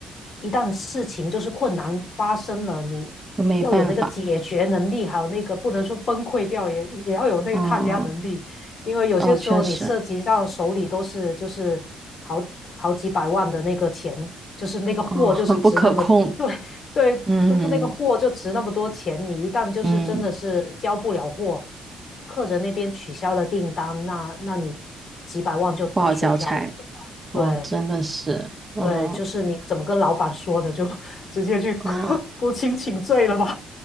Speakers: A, on the left; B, on the right.
A: 一旦事情就是困难发生了，你要有那个解决能力，
B: 都没办法，
A: 还有那个不能说崩溃掉，也也要有那个抗压能力。
B: 嗯嗯
A: 因为有些时候你涉及到手里都是就是好好几百万的那个钱，
B: 哦，确实。
A: 就是那个货就是值那么，
B: 哦，很不可控，
A: <laughs> 嗯对对，
B: 嗯
A: 那个货就值那么多钱，你一旦就是真的是交不了货，
B: 嗯，
A: 客人那边取消了订单，那那你几百万就打水漂了，
B: 不好交差。
A: 对吧？对
B: 哦，真的是，嗯
A: 对，就是你怎么跟老板说的，就 <laughs> 直接去
B: 嗯，
A: <laughs> 不清请罪了吧？